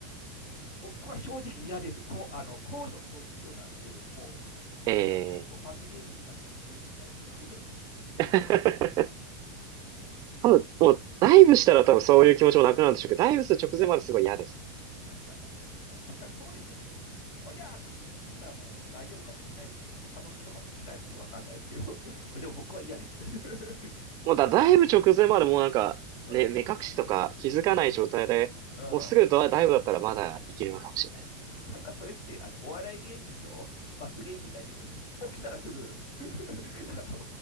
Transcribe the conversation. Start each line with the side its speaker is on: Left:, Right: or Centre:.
Left: 僕は正直嫌です。こあの高所恐怖症なんで、もう、
Right: ええ
Left: もうそんな、もう罰ゲーム以外何者でもないですよ。<laughs>
Right: <laughs> 多分、もう、ダイブしたら多分そういう気持ちもなくなるんでしょうけど、ダイブする直前まですごい嫌ですね。
Left: 確かに、確かに、あ確かにそうですよね。おりゃーって言ったらもう大丈夫かもしれないですね。楽しいのかもしれないですね。わかんないですけど。<laughs> でも僕は嫌です。<laughs>
Right: もうだ、だいぶ直前までもうなんか、
Left: うん、
Right: ね、
Left: うん、
Right: 目隠しとか気づかない状態で、
Left: うん。
Right: もうすぐドダイブだったらまだいけるのかもしれない。
Left: なんかそれってあのお笑い芸人の罰ゲームみたいですよね。起きたらすぐ <laughs> あの、